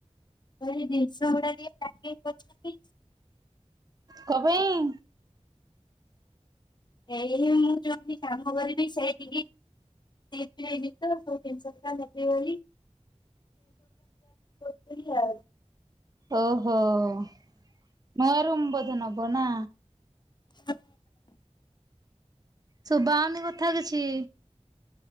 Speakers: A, on the left; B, on the right.
A: ମୁଁ କହିଲି ଜିନିଷ ଗୁଡା ଟିକେ ପ୍ୟାକିଙ୍ଗ୍ କରଥିଲି।
B: କ ପାଇଁ?
A: ଏଇ ମୁଁ ଯଉଠି କାମ କରିବି ସେଇଠିକି ଯିବି ହାରି <unintelligible> ସବୁ ଜିନିଷ ରା ନେବି ବୋଲି <unintelligible>
B: ଓହୋ ନୂଆ ରୁମ୍ ବୋଧେ ନବ ନା?
A: ହ
B: ଶୁଭା‌ ହଉନି କଥା କିଛି,